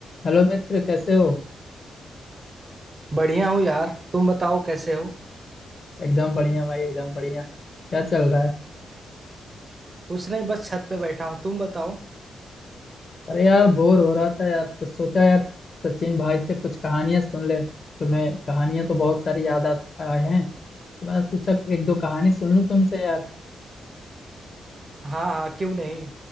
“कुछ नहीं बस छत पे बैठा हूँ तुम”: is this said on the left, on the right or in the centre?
Right